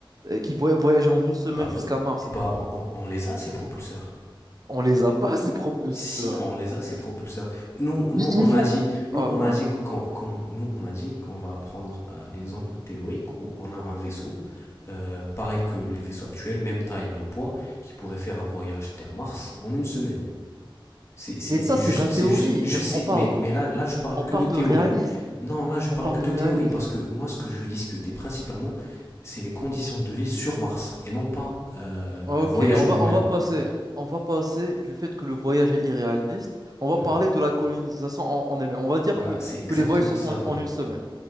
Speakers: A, on the right; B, on the left.
A: euh, qui voy- voyager en une semaine
B: Bah
A: jusqu'à
B: oui,
A: Mars.
B: et bah on, on- on les a ces propulseurs.
A: On les a pas, <laughs> ces propulseurs.
B: Si on les a ces propulseurs. Nous, nous
A: Il, il
B: on
A: faut.
B: a dit, nous
A: Oh
B: on
A: là là.
B: a dit qu'on, qu'on- nous on a dit qu'on va prendre euh, l'exemple théorique où on a un vaisseau euh, pareil que les vaisseaux actuels, même taille, même poids, qui pourrait faire un voyage Terre-Mars en une semaine. C'est, c'est,
A: Mais ça,
B: c'est
A: c'est
B: juste,
A: de la
B: c'est
A: théorie.
B: juste, je
A: Mais
B: sais,
A: on parle,
B: mais, mais là, là je parle
A: on
B: que
A: parle
B: de théorie.
A: de réalisme.
B: Non, là je parle
A: On parle
B: que
A: de
B: de
A: réalisme.
B: théorie parce que moi ce que je veux discuter principalement, c'est les conditions de vie sur Mars et non pas euh,
A: Ok,
B: le voyage
A: on
B: en
A: va,
B: lui-même.
A: on va passer, on va passer du fait que le voyage est irréaliste. On va
B: Mhm.
A: parler de la colonisation en, en elle-même. On va dire
B: Voilà,
A: que,
B: c'est exactement
A: que les voyages se
B: ça
A: font
B: dont
A: en
B: je veux
A: une
B: parler.
A: semaine.